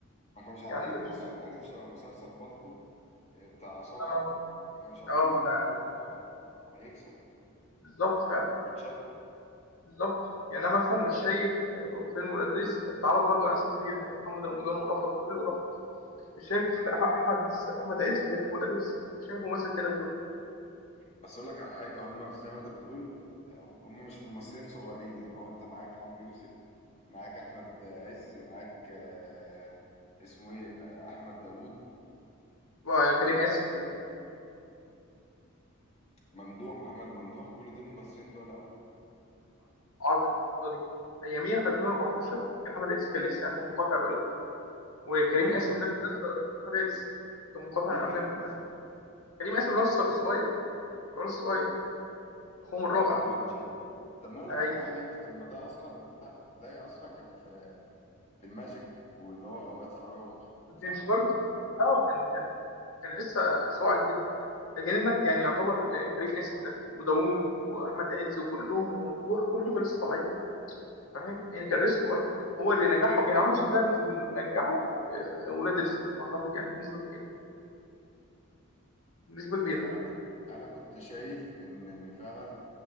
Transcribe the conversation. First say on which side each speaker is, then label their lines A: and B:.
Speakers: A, on the left; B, on the left.
A: ما كانوش عارفين
B: يعني انا
A: اصلا
B: مش
A: عارف شبه مسلسل بالطو آه، بتاع عصام
B: اه
A: عمرو ما كانوش عارفين
B: آه،
A: ان هو هيكسب
B: بالظبط فعلا
A: واتشهر
B: بالظبط يعني انا مثلا مش شايف آه، فيلم ولاد رزق اتعرض برضه على ناس كتير جدا محمد رمضان ورفض وكله رفض مش شايف أح- احمد احمد عز غير في ولاد رزق مش شايف ممثل تاني غيره
A: بس اقول لك على حاجة هم في زي ما انت بتقول آه، هم مش ممثلين صغيرين يعني هو انت معاك عمرو يوسف معاك احمد عز معاك آه، اسمه ايه آه، احمد داوود
B: آه، كريم
A: الفيشاوي،
B: قاسم
A: ممدوح محمد ممدوح كل دول ممثلين تقال قوي
B: عرض اقتصادي اياميها في 2014 كان احمد عز كان لسه منقطع بقاله وكريم
A: مين
B: قاسم ده كان لسه احمد عز كان منقطع
A: مين
B: عن الافلام
A: كريم قاسم
B: كريم قاسم ده الص- الصغير الولد الصغير اخوهم
A: اه
B: الرابع
A: اللي هو الشاب طب ما اقول
B: اي
A: لك على حاجه يا ابني طب ما ده اصلا ده ده اصلا كان في في الماجيك واللي هو اوقات فراغ
B: ما
A: صح
B: كانش برضه
A: كده
B: كان كان- اه كان كان كان لسه صاعد جدا لكن انك يعني يعتبر كريم قاسم ده وداوود واحمد عز وكلهم وممدوح كله كان لسه طالعين فاهم يعني كان ريسك برضه هو اللي نجحه يعني عمرو يوسف ده اللي نجحه ولاد رزق اعتقد يعني بنسبه كبيره بنسبه كبيره
A: بس انا كنت انا كنت شايف ان ان فعلا